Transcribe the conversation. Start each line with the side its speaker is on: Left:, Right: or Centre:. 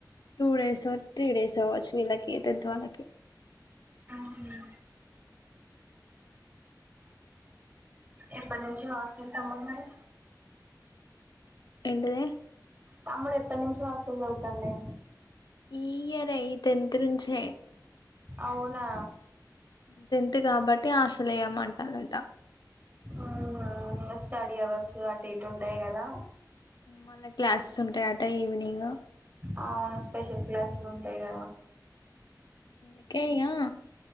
Left: టూ డేస్ త్రీ డేస్ వచ్చినాయి వచ్చినయ్ టెన్త్ వాళ్ళకి
Right: అవును ఎప్పటి నుంచి వాస్తు తమ్ము మరి
Left: ఏండిదే
Right: తమ్ముడు ఎప్పటినుంచి వసూలు చదువుతాందే
Left: ఈ ఇయరే ఈ టెన్త్ నుంచే
Right: అవునా
Left: టెన్త్ కాబట్టి హాస్టల్ లో వేయమంటా రాంటా
Right: ఆహా ఇంగా స్టడీ అవర్స్ అటు ఇటు ఉంటాయి. కదా
Left: మళ్ళా క్లాసెస్ ఉంటాయట. ఈవినింగ్
Right: అవును స్పెషల్ క్లాసులు ఉంటాయి. కదా
Left: అందుకే ఏయ్యా